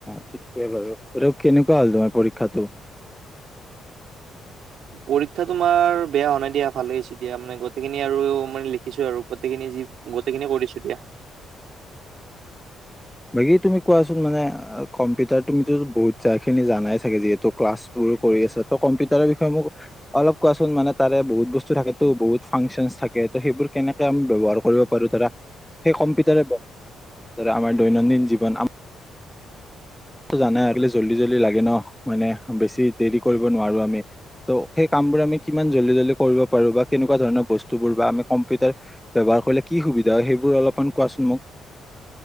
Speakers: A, in the centre; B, on the right (about 75°).
A: ঠিকে বাৰু কেনেকোৱা হ'ল তোমাৰ পৰীক্ষাতো
B: পৰীক্ষা তোমাৰ বেয়া হোৱা নাই দিয়া ভাল হৈছে দিয়া মানে গোটেইখিনি আৰু মানে লিখিছো আৰু গোটেইখিনি যি গোটেইখিনি কৰিছো দিয়া।
A: বাকী তুমি কোৱাচোন মানে কম্পিউটাৰ তুমিতো বহুত জাগা খিনি জানাই চাগে যিহেতু ক্লাছ বোৰো কৰি আছে ত কম্পিউটাৰৰ বিষয়ে মোক অলপ কোৱাচোন মানে তাৰে বহুত বস্তু থাকেতো বহুত ফাংচন থাকে ত' সেইবোৰ কেনে কে আমি ব্যৱহাৰ কৰিব পাৰো ধৰা সেই কম্পিটাৰে আমাৰ দৈনন্দিন জীৱন টো জানাই আগলে জল্দি জল্দি লাগে ন মানে বেছি দেৰি কৰিব নোৱাৰো আমি ত' সেই কামবোৰ আমি কিমান জলদি জলদি কৰিব পাৰো বা কেনেকোৱা ধৰণৰ বস্তুবোৰ বা আমি কম্পিউটাৰ ব্যৱহাৰ কৰিলে কি সুবিধা হয় সেইবোৰ অলপমান কোৱাচোন মোক